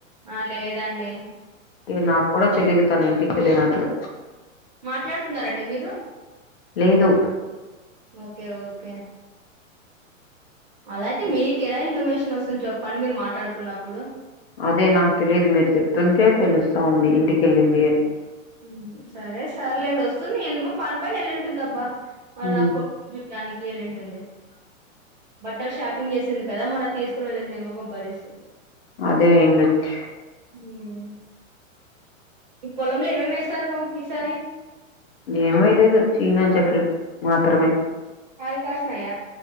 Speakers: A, on the right (about 35°); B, on the left (about 45°).
A: అా లేదు దండి
B: ఏ నాకు కూడా తెలీదు తన ఇంటికి వెళ్ళినట్లు
A: మాట్లాడుతున్నరండి మీరు
B: లేదు
A: ఓకే ఓకే అలాయితే మీకు ఎలా ఇన్ఫర్మేషన్ వస్తుంది చెప్పండి మీరు మాట్లాడుకున్నప్పుడు
B: అదే నాకు తెలిదు మీరు చెప్తుంటే తెలుస్తా ఉంది ఇంటికెళ్ళింది అని
A: ఉమ్ సరే సర్లేండి వస్తుంది ఏమో పని పని ఎల్లుంటుంది అబ్బా వాళ్ళ
B: ఉమ్
A: కో డు యానికి వెల్లింటుంది బట్టలు షాపింగ్ చేసింది కదా మొన తీసుకోని వెళ్ళింది ఏమో గంప్పదిసి
B: అదే అయ్యుండొచ్చు
A: ఉమ్ ఈ పొలంలో ఏమేమి వేస్తారు ఈసారి
B: ఏం వేయాలేదు చీనా చెట్లు మాత్రమే
A: ఆల్కాష్ నయ